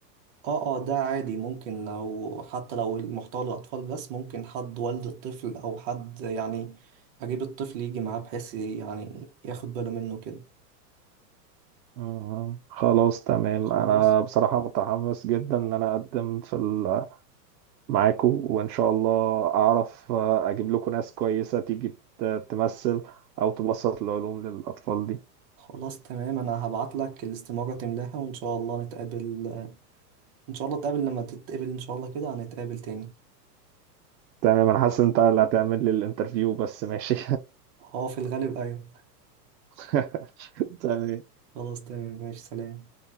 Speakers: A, on the right; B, on the right.
A: اه اه ده عادي ممكن لو حتى لو المحتوى للأطفال بس ممكن حد والد الطفل أو حد يعني أجيب الطفل يجي معاه بحيث يعني ياخد باله منه كده
B: أها. خلاص تمام
A: خلاص
B: انا بصراحة متحمس جدا ان انا اقدم في ال- معاكو وان شاء الله اعرف اجيب لكم ناس كويسة تيجي ت- تمثل او تبسط العلوم للاطفال دي
A: خلاص تمام أنا هبعت لك الاستمارة تملاها وإن شاء الله نتقابل إن شاء الله نتقابل لما تتقابل إن شاء الله كده هنتقابل تاني
B: تمام انا حاسس إن انت اللي هتعمل لي الانترفيو بس ماشي
A: اه في الغالب أيوة
B: <laughs> تمام
A: خلاص تمام ماشي سلام